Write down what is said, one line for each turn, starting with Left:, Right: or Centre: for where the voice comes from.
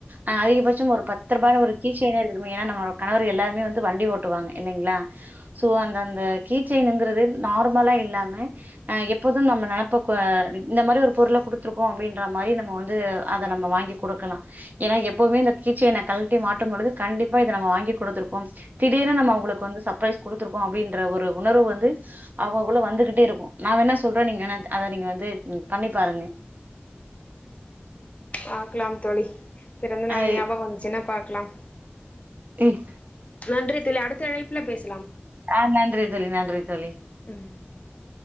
Right: அ அதிகபட்சம் ஒரு பத் ரூபால ஒரு கீச்சைனே இருக்கட்டுமே ஏன்னா நம்ம கணவரு எல்லாருமே வந்து வண்டி ஓட்டுவாங்க இல்லைங்ளா சோ அந்த அந்த கீச்சைனுங்கறதென் நார்மலா இல்லாம அ எப்போதும் நம்ம நெனப்ப க்வா இந்த மாரி ஒரு பொருள குடுத்துருக்கோ அப்டின்ற மாரி நம்ம வந்து அத நம்ப வாங்கி குடுக்கலா ஏன்னா எப்போமே இந்த கீச்சைன்ன கழ்ட்டி மாட்டும் பொழுது கண்டிப்பா இத நம்ம வாங்கி கொடுத்துருக்கும் திடீர்னு நம்ம அவ்ங்களுக் வந்து சப்ரைஸ் குடுத்துருக்கோ அப்டின்ற ஒரு உணர்வு வந்து அவக்குள்ள வந்துகிட்டே இருக்கு நா வேணா சொல்ற நீங்க வேனான்த் அத நீங்க வந்து ம் பண்ணி பாருங்க
Left: பாக்கலாம் தோழி பிறந்த நாள்
Right: அ
Left: ஞாபகோ வந்துச்சின்னா பார் க்லாம்
Right: இட்
Left: நன்றி தோழி அடுத்த அழைப்புல பேசு
Right: ஆ நன்றி தோழி நன்றி தோழி
Left: ம்